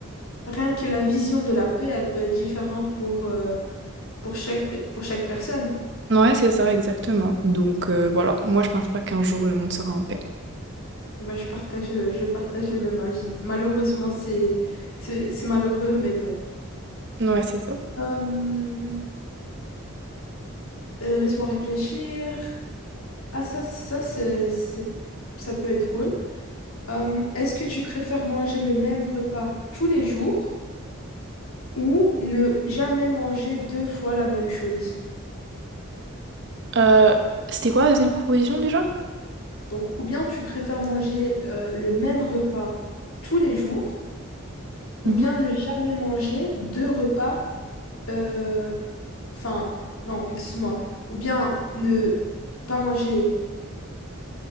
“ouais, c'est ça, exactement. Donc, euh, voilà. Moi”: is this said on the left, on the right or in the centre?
Right